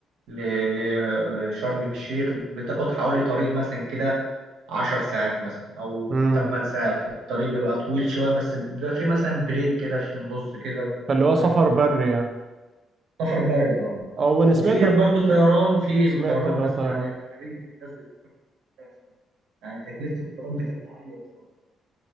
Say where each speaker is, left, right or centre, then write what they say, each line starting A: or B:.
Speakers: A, on the right; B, on the right.
A: ل- ل- لشرم الشيخ بتاخد حوالي طريق مثلا كده عشر ساعات مثلا أو
B: امم
A: تمن ساعات الطريق بيبقى طويل شوية بس بيبقى فيه مثلا بريك كده في النص كده بتستريح
B: فاللي هو سفر
A: فيه
B: بري يعني
A: سفر بري اه
B: اه وانا سمعت
A: وفي برضه طيران في
B: في سمعت
A: طيران
B: اللي
A: بس
B: هو طيران
A: يعني أغلبية الناس بتسافر بالطيران، يعني تكلفة الطيران بتبقى عالية شوية